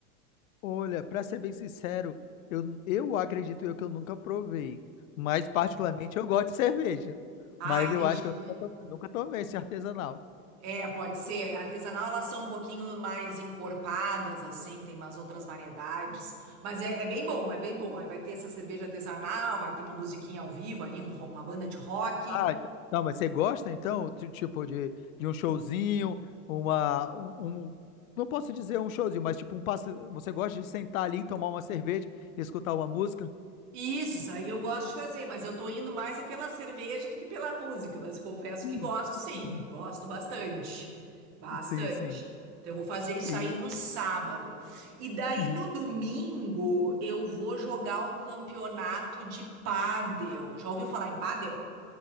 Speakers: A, on the left (about 65°); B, on the right (about 35°).
A: Olha, pra ser bem sincero, eu, eu acredito eu que eu nunca provei, mas particularmente eu gosto de cerveja,
B: Ah,
A: mas
B: entendi.
A: eu acho que eu nunca, to- nunca tomei esse artesanal.
B: É, pode ser. A Artesanal, elas são um pouquinho mais encorpadas, assim, tem umas outras variedades. Mas é, é bem bom, é bem bom. Aí vai ter essa cerveja artesanal, vai ter uma musiquinha ao vivo ali, um ro- uma banda de rock.
A: Ah, então, tá, mas você gosta então, ti- tipo, de, de um showzinho, uma, um, um- não posso dizer um showzinho, mas tipo um passe, você gosta de sentar ali, tomar uma cerveja e escutar uma música?
B: Isso, isso aí eu gosto de fazer, mas eu tô indo mais é pela cerveja do que pela música, mas confesso
A: <laughs>
B: que gosto sim,
A: Uhum.
B: gosto bastante, bastante.
A: Sim, sim.
B: Então eu vou fazer isso
A: E
B: aí no sábado. E daí
A: uhum.
B: no domingo eu vou jogar um campeonato de pádel. Já ouviu falar em pádel?